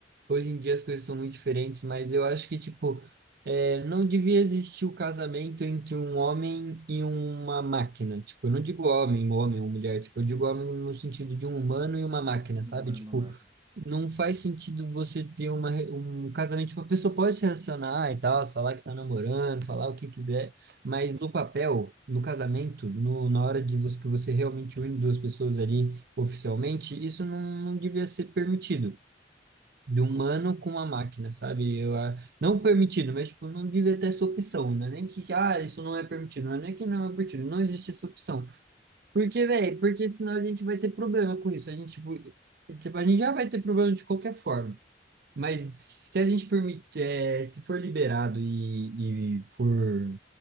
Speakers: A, on the right; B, on the right.
A: hoje em dia as coisas são muito diferentes, mas eu acho que, tipo, é, não devia existir o casamento entre um homem e uma máquina. Tipo, eu não digo homem, homem ou mulher, tipo, eu digo homem no sentido de um humano e uma máquina,
B: Não
A: sabe?
B: era
A: Tipo,
B: uma máquina.
A: não faz sentido você ter uma, re- um casamento, tipo, a pessoa pode se relacionar e tal, falar que tá namorando, falar o que quiser, mas no papel, no casamento, no, na hora de você, que você realmente une duas pessoas ali oficialmente, isso não, não devia ser permitido. De humano
B: Com, cer-
A: com a máquina, sabe? Eu, ah, não permitido, mas tipo, não devia ter essa opção, né? Nem que, ah, isso não é permitido, não é nem que não é permitido, não existe essa opção. Porque, velho, porque senão a gente vai ter problema com isso. A gente, tipo, e, tipo, a gente já vai ter problema de qualquer forma. Mas se a gente permite, eh, se for liberado e, e for